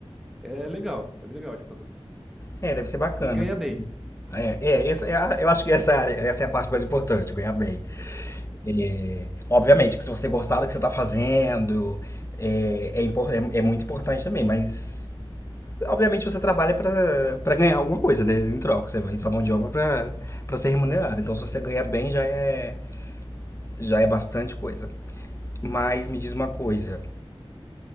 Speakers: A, in the centre; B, on the left.
A: é legal, é legal de fazer.
B: É, deve ser bacana.
A: E ganha
B: assim.
A: bem.
B: É, é, essa é a- eu acho que essa é a área, essa é a parte mais importante, ganhar bem. É, obviamente que se você gostar do que você está fazendo, é, é, impor- é- é muito importante também, mas obviamente você trabalha para para ganhar alguma coisa, né? Em troca, você vende sua mão de obra para para ser remunerado. Então se você ganhar bem já é já é bastante coisa. Mas me diz uma coisa,